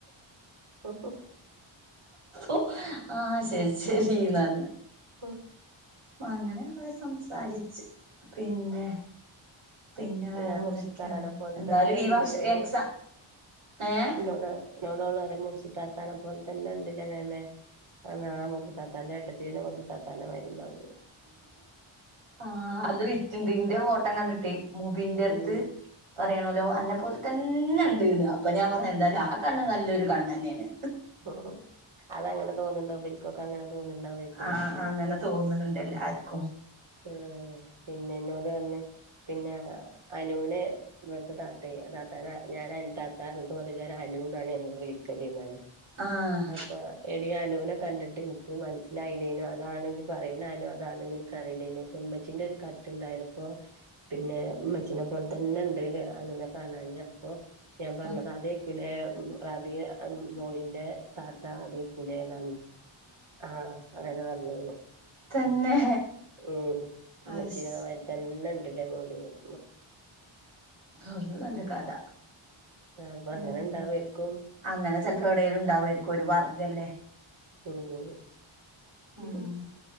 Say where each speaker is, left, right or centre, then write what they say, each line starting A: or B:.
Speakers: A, on the right (about 70°); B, on the right (about 85°).
A: ഓ
B: ഓ ആഹ് ശരി ശരിന്നർഞ്ഞെ
A: ഉം
B: അങ്ങനെ കൊറെ സംസാരിച്ച് പിന്നെ പിന്നെ വേറെന്തൊക്കെയാണ്
A: ഞാൻ മുറിശി താത്തന പോലെ
B: എന്തായാലും
A: തന്നെണ്ട്ല്ലേ?
B: ഈ വർഷം എക്സാം ഏഹ്
A: ഇന്നോട് എന്നോടോളറിയ മുർശി താത്താനെ പോലെ തന്നെണ്ട് ല്ലേ മേമേ? ആഹ് മുർശിതാത്താന്റെ ഏട്ടത്തി മുർശിത്താത്താന്റെമായ്രിണ്ടാവൂലെ?
B: ആഹ് അത് വിറ്റുണ്ട് ഇന്റെ ഫോട്ടം കണ്ടിട്ടേ മുബീന്റെടുത്ത്
A: ഉം
B: പറയേണല്ലോ അന്നെ പോലെ തന്നെണ്ട്ന്ന് അപ്പൊ ഞാൻ പറയാ എന്തായാലും ആ കണ്ണ് നല്ലൊരു കണ്ണെന്നെണ്
A: ഉം അതങ്ങനെ തോന്നുന്നുണ്ടാവും ഇവൽക്കൊക്കെ അങ്ങെനെ തോന്നുന്നുണ്ടാവേ
B: ആഹ് അങ്ങനെ തോന്നുണ് ണ്ടെല്ലാർക്കും
A: ഉം പിന്നെന്നോടർഞ്ഞ് പിന്നെ അനൂനെ ഇവടുത്തെ താത്തേ താത്താന ഞാൻ അനുതാത്താ തോല നേരം അനൂന്നാണ് ഞമ്മള് വിളി ശര്യന്നെന്ന്
B: ആഹ്
A: അപ്പൊ എടീ അനൂനെ കണ്ടിട്ട് എനിക്ക് മനസ്സിലായില്ലേനോ അതാണ് ഇജ്ജ് പറയണ അനു അതാണ് എനക്ക്റിയില്ലേനോ ൻ്റെ ഉമ്മച്ചിൻ്റെ ഒരു കട്ടുണ്ടായത്പ്പോ പിന്നെ ഉമ്മച്ചീനെ പോലെ തന്നെ ഉണ്ട് അനൂനെ കാണാന് അപ്പൊ ഞാൻ പറഞ്ഞത്
B: ആഹ്
A: അതേക്കുലെ റാബി മോളിന്റെ താത്ത അതേക്കുലേ എന്നു ആഹ് അങ്ങനെ പറഞ്ഞേന്ന്
B: തന്നെ
A: ഉം ഉമ്മച്ചീനമാരി
B: അയ്ശ്
A: തന്നെ ഉണ്ടല്ലേ മുടിയും
B: ആ അത് നല്ല കഥ
A: ആ അപ്പൊ അങ്ങനെ
B: ഉം
A: ഇണ്ടാവേക്കും
B: അങ്ങനെ ചിലപ്പോ എവിടേലും ഉണ്ടാവുമായിരിക്കും ഒരു വർഗ്ഗല്ലേ?
A: ഉം
B: ഉം